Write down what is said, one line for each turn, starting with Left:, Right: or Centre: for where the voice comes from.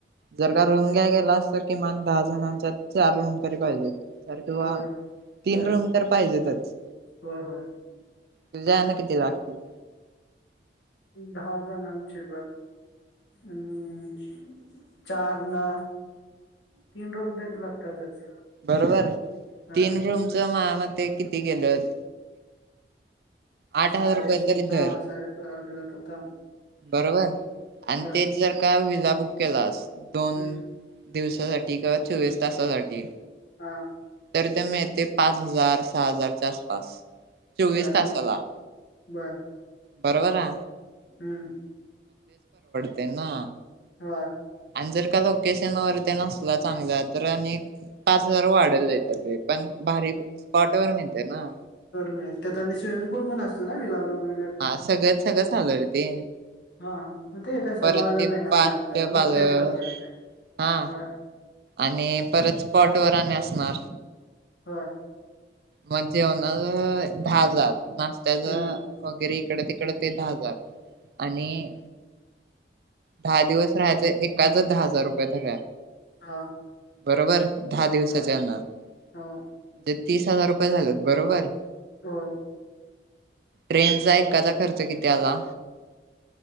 Right: जर का रूम
Left: हम्म
Right: घ्या गेलास तर किमान दहा जणांच्या चार रूम तरी पाहिजेत तर किंवा
Left: होय
Right: तीन
Left: होय
Right: रूम तर पाहिजेतच.
Left: होय होय
Right: तुझ्या ना किती लागतील.
Left: दहा जणांचे हम चार न तीन तरी लागतातच.
Right: बरोबर
Left: हा
Right: तीन रूमच माझ्या मते किती गेलं. आठ हजार
Left: साडे
Right: रुपये तरी
Left: हा
Right: धर
Left: साडे आठ जात होता
Right: बरोबर आणि
Left: ह
Right: तेच जर का? बुक केला दोन
Left: हम्म
Right: दिवसासाठी किंवा चोवीस तासासाठी-
Left: हा
Right: तरी ते मिळते पाच हजार सहा हजारच्या आसपास चोवीस
Left: बर
Right: तासाला
Left: बर.
Right: बरोबर.
Left: हम.
Right: त्यांना
Left: हा.
Right: आणि जर का लोकेशन वर ते नसला चांगल्या तर आणि पाच हजार वाढल नाहीतर लय पण कॉटवर मिळते ना.
Left: त्या त्याने सुु भ लालग
Right: हा सगळंच सगळं चालू आहे रे ते.
Left: हा मग ते तसं
Right: परत
Left: लॉजला
Right: ते
Left: मिळणार
Right: पाच
Left: नाही आपल्याला
Right: पालं
Left: मग तेच परवडत
Right: हा.
Left: आहे
Right: आणि परत पॉट वर असणार.
Left: हा.
Right: मग जेवणा दहा हजार नाश्त्याचं
Left: हम्म.
Right: वगैरे इकडे तिकडे तड तिकड ते दहा हजार आणि दहा दिवस राहायचं एक त्याचं दहा हजार रुपये भरले
Left: हां,
Right: बरोबर. दहा दिवसाच्याना
Left: होय,
Right: म्हणजे
Left: हो,
Right: तीस हजार रुपये झालेत बरोबर
Left: होय.
Right: ट्रेनचा एकाचा खर्च किती? त्याला